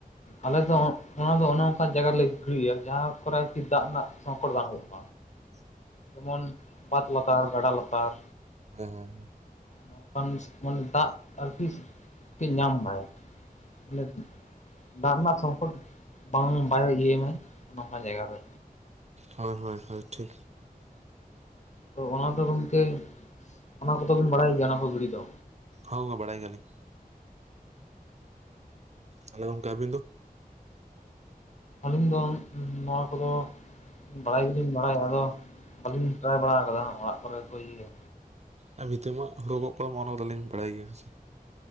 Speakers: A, on the left; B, on the right.
A: ᱟᱞᱮ ᱫᱚ ᱚᱱᱟ ᱫᱚ ᱚᱱᱮ ᱚᱱᱠᱟ ᱡᱟᱭᱜᱟ ᱨᱮᱞᱮ ᱜᱤᱲᱤᱭᱟ ᱡᱟᱦᱟᱸ ᱠᱚᱨᱮ ᱟᱨᱠᱤ ᱫᱟᱜ ᱨᱮᱱᱟᱜ ᱥᱚᱝᱠᱚᱴ ᱵᱟᱝ ᱦᱩᱭᱩᱜᱼᱟ
B: <unintelligible>
A: ᱡᱮᱢᱚᱱ ᱵᱟᱫᱽ ᱞᱟᱛᱟᱨ, ᱜᱟᱰᱟ ᱞᱟᱛᱟᱨ,
B: ᱦᱮᱸ-ᱦᱮᱸ᱾
A: ᱱᱚᱝᱠᱟᱢ ᱢᱤᱥ ᱢᱚᱞ ᱫᱟᱜ ᱟᱨᱠᱤᱥ ᱠᱤ ᱧᱟᱢ ᱢᱟᱭ᱾ ᱢᱟᱱᱮᱫ ᱫᱟᱜ ᱱᱟᱜ ᱥᱚᱝᱠᱚᱴ ᱵᱟᱝ ᱵᱟᱭ ᱤᱭᱟᱹᱭ ᱢᱟᱭ ᱱᱚᱝᱠᱟᱱ ᱡᱟᱭᱜᱟ ᱨᱮ,
B: ᱦᱳᱭ, ᱦᱳᱭ, ᱦᱳᱭ, ᱴᱷᱤᱠ᱾
A: ᱛᱚ ᱚᱱᱟ ᱫᱚ ᱜᱚᱝᱠᱮ, ᱚᱱᱟ ᱠᱚᱫᱚ ᱵᱤᱱ ᱵᱟᱲᱟᱭ ᱜᱮᱭᱟ ᱚᱱᱟ ᱯᱷᱩᱜᱽᱲᱤ ᱫᱚ
B: ᱦᱚᱸ, ᱵᱟᱲᱟᱭ ᱜᱮᱭᱟᱞᱤᱧ᱾ ᱛᱟᱞᱮ ᱜᱚᱝᱠᱮ, ᱟᱵᱤᱱ ᱫᱚ?
A: ᱟᱹᱞᱤᱧ ᱫᱚᱢ ᱱᱚᱣᱟ ᱠᱚᱫᱚ ᱵᱟᱲᱟᱭ ᱜᱮᱞᱤᱧ ᱵᱟᱲᱟᱭᱟ, ᱟᱫᱚ ᱵᱟᱹᱞᱤᱧ ᱴᱨᱟᱭ ᱵᱟᱲᱟ ᱟᱠᱟᱫᱟ ᱚᱲᱟᱜ ᱠᱚᱨᱮ ᱠᱚ ᱤᱭᱟᱹᱭᱟ!
B: ᱟᱨ ᱵᱷᱤᱛᱟᱹ ᱢᱟᱜ ᱦᱩᱲᱩ ᱜᱚᱜ ᱠᱚ ᱢᱚᱱᱚ ᱫᱚᱞᱤᱧ ᱵᱟᱲᱟᱭ ᱜᱮᱭᱟ᱾